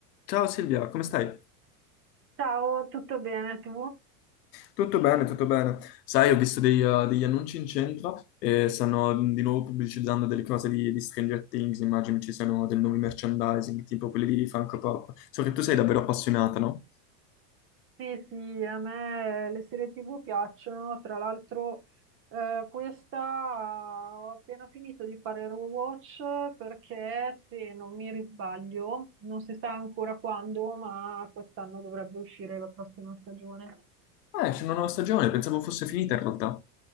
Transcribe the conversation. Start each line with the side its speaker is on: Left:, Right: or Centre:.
Left: Ciao Silvia, come stai?
Right: Ciao, tutto bene tu?
Left: Tutto bene, tutto bene. Sai, ho visto dei, uh, degli annunci in centro e stanno di nuovo pubblicizzando delle cose di, di Stranger Things, immagino ci siano dei nuovi merchandising, tipo quelli di Funko Pop. So che tu sei davvero appassionata, no?
Right: Sì, sì, a me le serie TV piacciono, tra l'altro eh, questa ho appena finito di fare il rewatch perché se non mi risbaglio, non si sa ancora quando, ma quest'anno dovrebbe uscire la prossima stagione.
Left: Ah, esce una nuova stagione, pensavo fosse finita in realtà.